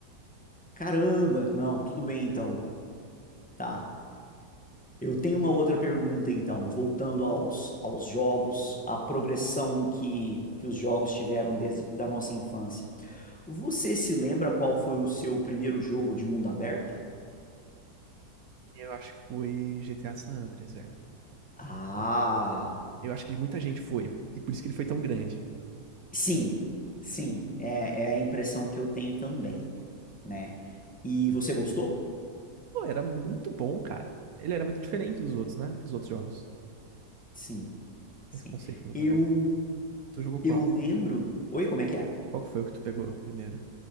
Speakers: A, in the centre; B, on the right (about 65°).
A: Caramba, não, tudo bem então. Tá, Eu tenho uma outra pergunta, então, voltando aos, aos jogos, à progressão que, que os jogos tiveram desde da nossa infância. Você se lembra qual foi o seu primeiro jogo de mundo aberto?
B: Eu acho que foi GTA San Andreas, velho.
A: Ah,
B: Eu acho que muita gente foi, e por isso que ele foi tão grande.
A: sim, sim, é, é a impressão que eu tenho também, né? E você gostou?
B: Pô, era muito bom, cara. Ele era muito diferente dos outros, né? Dos outros jogos.
A: Sim, sim.
B: Esse conceito do mundo
A: Eu,
B: aberto. Tu jogou qual?
A: eu lembro. Oi, como é que é?
B: Qual que foi o que tu pegou primeiro?